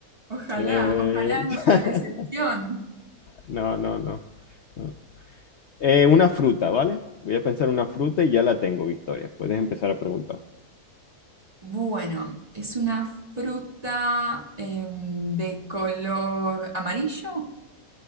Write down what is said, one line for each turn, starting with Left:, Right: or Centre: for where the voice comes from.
Right: Ojalá,
Left: Eh,
Right: ojalá no
Left: <laughs>
Right: sea la excepción.
Left: No, no, no. no. Eh, una fruta, ¿vale? Voy a pensar una fruta y ya la tengo, Victoria. Puedes empezar a preguntar.
Right: Bueno, es una fruta em, de color amarillo.